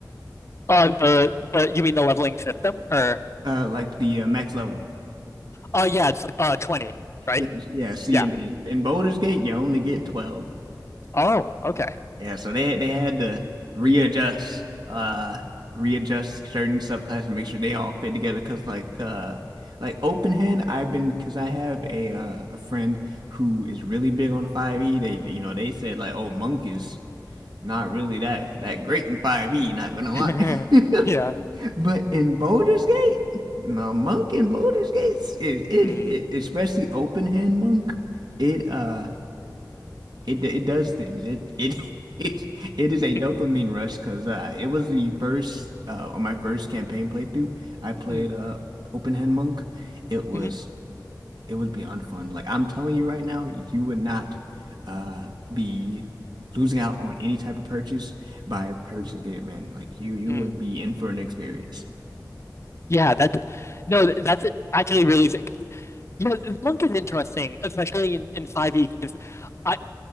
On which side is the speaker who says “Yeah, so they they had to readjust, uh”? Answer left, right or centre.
Right